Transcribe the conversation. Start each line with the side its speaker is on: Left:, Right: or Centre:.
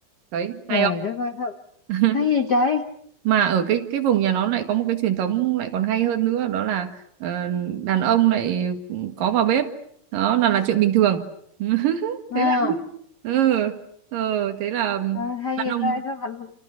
Right: đấy hay
Left: trời
Right: không
Left: đất ơi thật.
Right: <laughs>
Left: hay vậy trời
Right: mà ở cái cái vùng nhà nó lại có một cái truyền thống lại còn hay hơn nữa đó là ờ, đàn ông lại có vào bếp đó là là chuyện bình thường <laughs>
Left: Wow,
Right: thế là ừ, ừ, thế là
Left: trời, hay
Right: đàn ông
Left: ra sao thành